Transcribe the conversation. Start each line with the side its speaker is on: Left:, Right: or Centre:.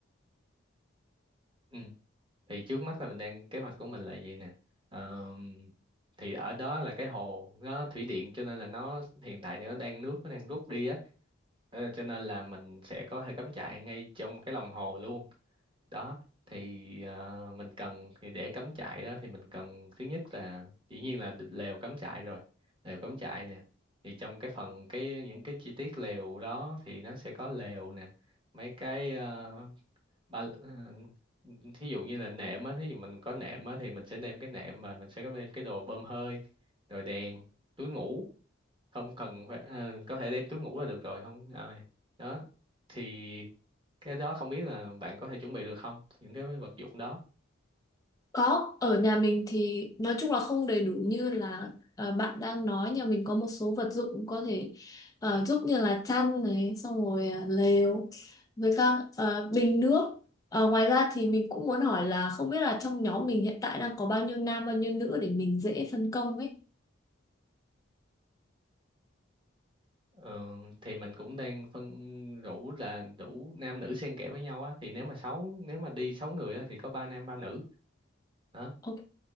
Right: ừ. thì trước mắt là mình đang kế hoạch của mình là gì nè Ờ, thì ở đó là cái hồ nó thủy điện cho nên là nó hiện tại thì nó đang nước nó đang rút đi á Ờ, cho nên là mình sẽ có thể cắm trại ngay trong cái lòng hồ luôn đó thì ờ, mình cần thì để cắm trại đó thì mình cần thứ nhất là dĩ nhiên là đ- lều cắm trại rồi lều cắm trại nè thì trong cái phần cái những cái chi tiết lều đó thì nó sẽ có lều nè mấy cái ờ, ba ờ, thí dụ như là nệm á thí dụ mình có nệm á thì mình sẽ đem cái nệm mà mình sẽ có đem cái đồ bơm hơi rồi đèn túi ngủ không cần phải ờ, có thể đem túi ngủ là được rồi không rồi đó thì cái đó không biết là bạn có thể chuẩn bị được không những cái vật dụng đó
Left: Có, ở nhà mình thì nói chung là không đầy đủ như là ờ, bạn đang nói nhà mình có một số vật dụng có thể ờ, giúp như là chăn này, xong rồi ờ, lều với các ờ, bình nước. Ờ, ngoài ra thì mình cũng muốn hỏi là không biết là trong nhóm mình hiện tại đang có bao nhiêu nam bao nhiêu nữ để mình dễ phân công ấy.
Right: Ờ, thì mình cũng đang phân rủ là đủ nam nữ xen kẽ với nhau á thì nếu mà sáu nếu mà đi sáu người á, thì có ba nam ba nữ đó
Left: Ok,